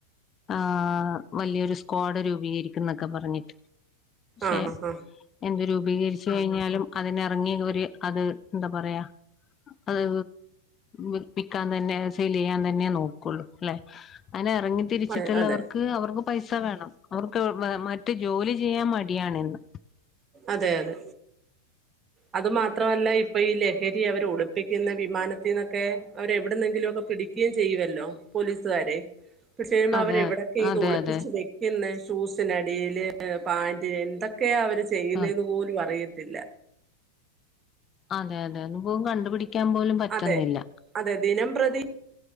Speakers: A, on the left (about 25°); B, on the right (about 20°).
A: ആ വലിയൊരു സ്ക്വാഡ് രൂപീകരിക്കും എന്നൊക്കെ പറഞ്ഞിട്ട് പക്ഷെ
B: ആഹ് ആഹ് ആഹ്
A: എന്ത് രൂപീകരിച്ച് കഴിഞ്ഞാലും അതിന് ഇറങ്ങി ഒരു അത് എന്താ പറയാ അത് വിപ്പിക്കാൻ തന്നെ സെൽ ചെയ്യാൻ തന്നെ നോക്കും കൊള്ളും ല്ലേ അങ്ങനെ എറങ്ങി തിരിച്ചിട്ടുള്ളവർക്ക്
B: അതെ അതെ
A: അവർക്ക് ണം. അവർക്ക് മ മറ്റ് ജോലി ചെയ്യാൻ മടിയാണെന്ന്.
B: അതെ അതെ. അത് മാത്രമല്ല, ഇപ്പൊ ഈ ലഹരി അവരെ ഒളിപ്പിക്കുന്ന വിമാനത്തീന്നൊക്കെ അവരെ എവിടുന്നെങ്കിലും ഒക്കെ പിടിക്കയും ചെയ്യുവല്ലോ പോലീസുകാരെ. ഇപ്പൊ ചെയ്യുമ്പൊ
A: അതെ
B: അവരെവിടൊക്കെ ഇത്
A: അതെ
B: ഒളിപ്പിച്ച്
A: അതെ
B: വെക്കുന്നെ? ഷൂസ് നടീല് പാന്റ്. എന്തൊക്കെയാ ചെയ്യുന്നേന്ന്
A: ആ
B: പോലു അറിയത് ത്തില്ല.
A: ആ പാന്റേന്ന് പോലു കണ്ടുപിടിക്കാൻ പോലും പറ്റുന്നില്ല.
B: അതെ അതെ ദിനം പ്രതി